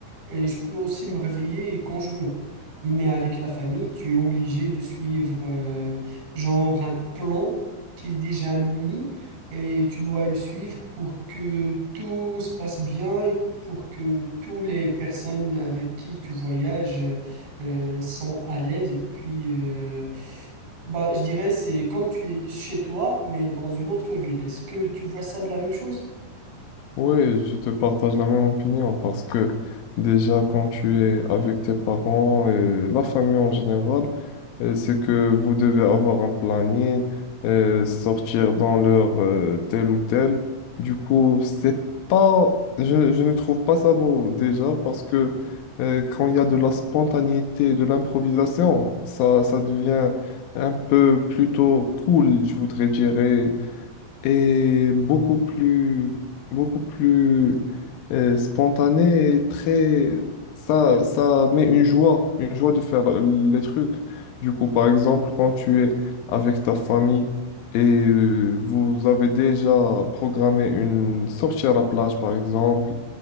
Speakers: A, on the right; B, on the left.
A: et je peux aussi me réveiller quand je veux. Mais avec la famille, tu es obligé de suivre euh, genre un plan qui est déjà mis, et tu dois le suivre pour que tout se passe bien et pour que toutes les personnes avec qui tu voyages euh, euh, sont à l'aise et puis euh, bah, je dirais c'est comme tu es chez toi, mais dans une autre ville. Est-ce que tu vois ça de la même chose?
B: Oui, je te partage la même opinion parce que déjà quand tu es avec tes parents et la famille en général, euh, c'est que vous devez avoir un planning, euh, sortir dans l'heure euh, telle ou telle. Du coup, c'est pas, je, je ne trouve pas ça beau déjà parce que euh, quand il y a de la spontanéité, de l'improvisation, ça, ça devient un peu plutôt cool, je voudrais dire et beaucoup plus, beaucoup plus euh, spontané et très... Ça, ça met une joie, une joie de faire le- les trucs. Du coup, par exemple, quand tu es avec ta famille et euh, vous avez déjà programmé une sortie à la plage, par exemple,